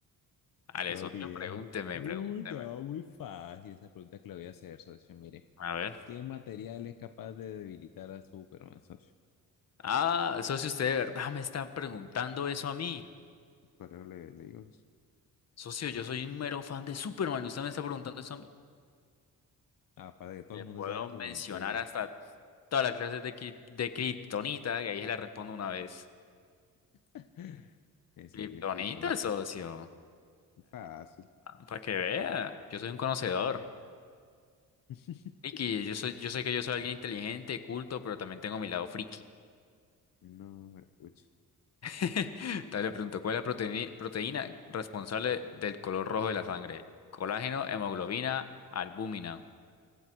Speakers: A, on the left; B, on the left.
A: Ale,
B: No,
A: socio,
B: ni idea.
A: pregúnteme,
B: Uy,
A: pregúnteme.
B: no, muy fácil esa pregunta que le voy a hacer, socio. Mire,
A: A ver.
B: ¿qué material es capaz de debilitar a Superman, socio?
A: Ah, socio, usted de verdad me está preguntando eso a mí.
B: Pero le, le digo,
A: Socio, yo soy un mero fan de Superman, usted me está preguntando eso a mí.
B: Aparte de que todo
A: Le
B: el mundo
A: puedo
B: sabe eso,
A: mencionar
B: entonces
A: hasta todas las clases de, cri- de kriptonita, que ahí se la respondo una vez.
B: <laughs> es
A: Kriptonita,
B: de kriptonita.
A: socio.
B: Fácil.
A: para que vea, yo soy un conocedor.
B: <laughs>
A: Friki, yo soy, yo sé que yo soy alguien inteligente, culto, pero también tengo mi lado friki.
B: No, pero pucha.
A: <laughs> Entonces le pregunto, ¿cuál es la proteína, proteína responsable del color rojo de la sangre? Colágeno, hemoglobina, albúmina.